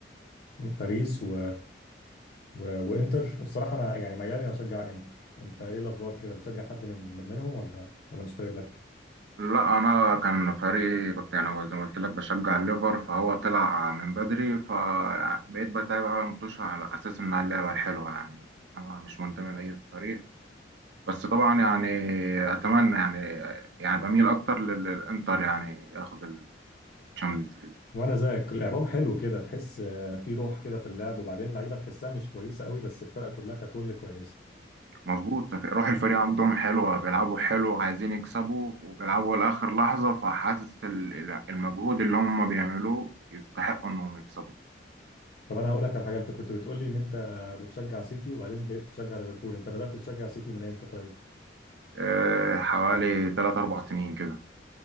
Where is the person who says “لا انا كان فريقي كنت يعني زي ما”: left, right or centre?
Right